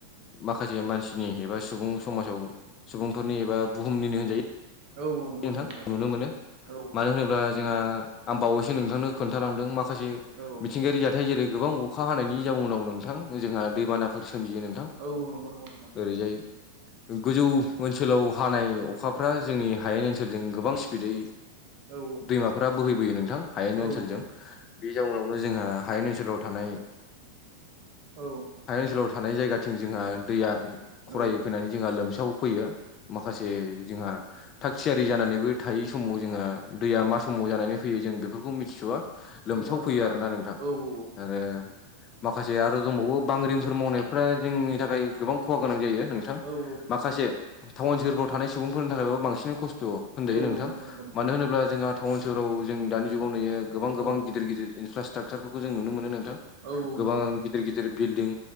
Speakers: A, on the left; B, on the right.
A: माखासे मानसिनि एबा सुबुं समाजाव सुबुंफोरनि एबा बुहुमनिनो होनजायो
B: औ औ नंगौ
A: नोंथां
B: नंगौ
A: नुनो मोनो
B: औ
A: मानो होनोब्ला जोंहा आं बावैसो नोंथांनो खोन्थालांदों माखासे
B: औ
A: मिथिंगायारि जाथाय जेरै गोबां अखा हानायनि जाउनाव नोंथां जोंहा दैबानाफोर सोमजियो नोंथां।
B: औ नंगौ नंगौ नोंथां
A: ओरैजाय गोजौ ओनसोलाव हानाय अखाफ्रा जोंनि हायेन ओनसोलजों गोबां स्पिदै
B: औ
A: दैमाफोरा बोहैबोयो नोंथां हायनि
B: औ
A: ओनसोलजों बे जाउनावनो जोंहा हायेन ओनसोलाव थानाय
B: औ औ
A: हाय ओनसोलाव थानाय जायगाथिं जोंहा दैया
B: नंगौ
A: खरायै फैनानै जोंहा लोमसाव फैयो माखासे जोंहा थाग थियारि जानानैबो थायै समाव जोंहा दैया मा समाव जानानै फैयो जों बेफोरखौ मिथिसवा लोमसाव
B: नंगौ
A: फैयो आरोना नोंथां।
B: औ औ औ
A: आरो माखासे आरो दंबावो बांग्रिंफोर मावनायफ्रा जोंनि थाखाय गोबां खहा गोनां जायो नोंथां
B: औ
A: माखासे टाउन सोहोरफ्राव थानाय सुबुंफोरनि थाखायबाबो बांसिन खस्थ' होनजायो नोंथां
B: औ नंगौ नंगौ नोंथां
A: मानो
B: नंगौ
A: होनोब्ला जोंहा टाउन सोहराव जों दानि जुगाव नुयो गोबां गोबां
B: औ
A: गिदिर गिदिर इनफ्रास्ट्राकसारफोरखौ जों नुनो मोनो नोंथां
B: औ
A: गोबां
B: नंगौ नंगौ नोंथां
A: गिदिर गिदिर बिल्डिं